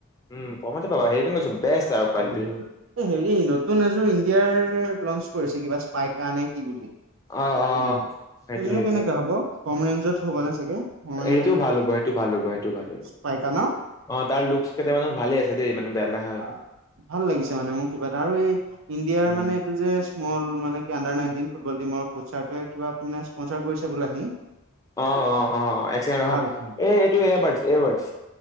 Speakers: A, on the left (about 15°); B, on the right (about 70°).
A: উম পম পাবা সেইকাৰণ কৈছোঁ বেষ্ট আৰু কোৱালিটি
B: উ ল <unintelligible> হেৰি নতুন এযোৰ ইণ্ডিয়াৰ লঞ্চ কৰিছে কিবা স্পাইকা নে কি বুলি তোমাৰ,
A: অ অ সেইটো
B: সেইযোৰ
A: সেইটোৱে
B: কেনেকা হ'ব, কম ৰেঞ্জত হ'ব নে চাগে? মানে
A: এইটো ভাল হ'ব, এইটো ভাল হ'ব, এইটো ভাল হ'ব।
B: স্পাইকা ন
A: অ', তাৰ লুক কেইটামান ভালে আছে দেই মানে বেয়া লা
B: অ', ভাল লাগিছে মানে মোৰ কিবা এটা, আৰু এই ইণ্ডিয়াৰ
A: উম
B: মানে এইটো যে মল মানে, কি আণ্ডাৰ নাইনটিন ফুটবল টিমৰ কোচাৰটোৱে কিবা মানে স্পনচাৰ কৰিছে বুলি আহি
A: অ', অ', অ', এক ছেকেণ্ড ৰখ
B: ভাল
A: হা,
B: ভাল
A: এইটো এয়াৰবাৰ্ডছ, এয়াৰবাৰ্ডছ